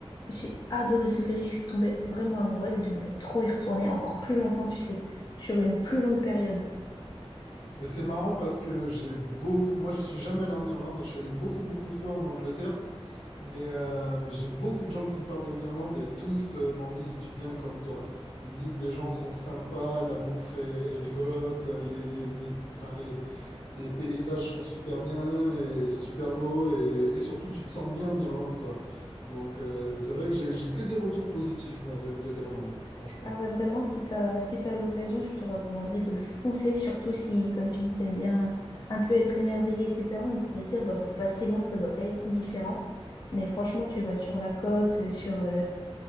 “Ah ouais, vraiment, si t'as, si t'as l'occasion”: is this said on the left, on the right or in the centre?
Left